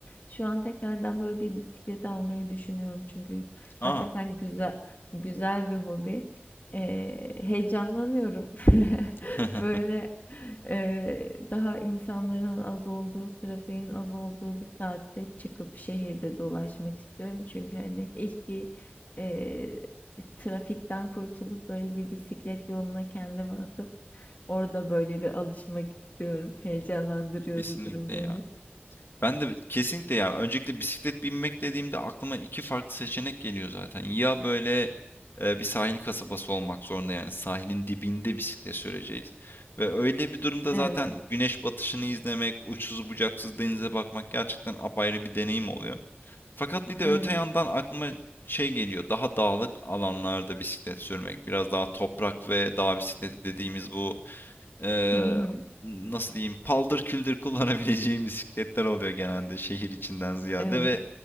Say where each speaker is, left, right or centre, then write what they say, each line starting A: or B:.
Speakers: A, on the left; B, on the left.
A: Şu an tekrardan böyle bir bisiklet almayı düşünüyorum çünkü hakikaten
B: Aa
A: güzel güzel bir hobi. E, heyecanlanıyorum. <laughs>
B: <laughs>
A: Böyle e, daha insanların az olduğu, trafiğin az olduğu bir saatte çıkıp şehirde dolaşmak istiyorum. Çünkü hani ilk bir e, trafikten kurtulup böyle bir bisiklet yoluna kendimi atıp orada böyle bir alışmak istiyorum. Heyecanlandırıyor
B: kesinlikle
A: bu durum beni.
B: ya. Ben de kesinlikle ya öncelikle bisiklet binmek dediğimde aklıma iki farklı seçenek geliyor zaten. Ya böyle e, bir sahil kasabası olmak zorunda yani sahilin dibinde bisiklet süreceğiz. Ve öyle bir durumda
A: Evet,
B: zaten güneş batışını izlemek, uçsuz bucaksız denize bakmak gerçekten apayrı bir deneyim oluyor. Fakat bir de
A: evet.
B: öte yandan aklıma şey geliyor daha dağlık alanlarda bisiklet sürmek. Biraz daha toprak ve dağ bisikleti dediğimiz bu eee,
A: Hı hı.
B: nasıl diyeyim paldır küldür kullanabileceğim <laughs> bisikletler oluyor genelde şehir içinden ziyade
A: Evet,
B: ve